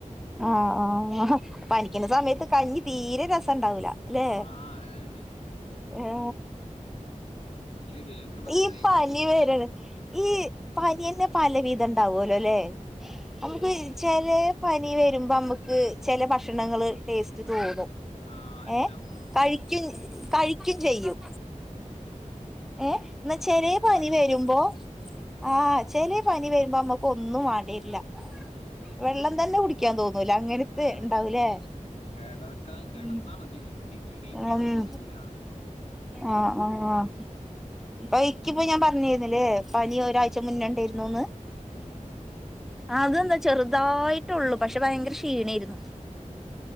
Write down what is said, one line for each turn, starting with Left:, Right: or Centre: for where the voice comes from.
Centre: ആഹ് ആഹ് പനിക്കുന്ന സമയത്ത് കഞ്ഞി തീരെ രസുണ്ടാവൂല അല്ലേ
Left: ആഹ് അതന്നെ
Centre: ഏ
Left: ഇത് കേൾക്കുമ്പോ തന്നെ
Centre: ഈ
Left: ദേഷ്യം
Centre: പനീയ
Left: പിടിക്കും
Centre: വരാണ് ഈ പാനീയന്നെ പല വീതം ഉണ്ട് ഉണ്ടാവലോല്ലേ നമുക്ക് ചില പനി വരുമ്പോ നമുക്ക് ചെില ഭക്ഷണങ്ങ ടേസ്റ്റ് തോന്നും
Left: ആഹ് ഉണ്ടാവും
Centre: ഏ
Left: ആഹ്
Centre: കഴിക്കും കഴിക്കയും ചെയ്യും
Left: ഉം
Centre: ഏഹ എന്നാ ചെിലിയ
Left: തന്നെ
Centre: പനി
Left: പലതരം
Centre: വരുമ്പോ
Left: ഉണ്ട് ഉം
Centre: ആഹ് ചെിലിയ പനി വര നമുക്ക് ഒന്നും ആടല്ല
Left: ആഹ്
Centre: വെള്ളം തന്നെ കുടിക്കാൻ തോന്നുന്നു മുല അങ്ങനത്ത്
Left: അതെ
Centre: ഉണ്ടാവൂലേ
Left: കിടക്കാൻ കിടന്നാ
Centre: ഉ
Left: മതി എനിക്ക് എണീക്കാനും
Centre: ഉ ആഹ
Left: തോന്നൂല
Centre: ആഹ ആഹ ഇപ്പൊ എക്കിപ്പോ ഞാൻ പറഞ്ഞിുന്നില്ലേ പനി ഒരാഴ്ച മുന്നോണ്ടായിരുന്നുന്ന്
Left: ഹം
Centre: അതെന്താ ചെറുതായിട്ടള്ളൂ പക്ഷെ ഭയങ്കര ക്ഷീണയിരുന്നു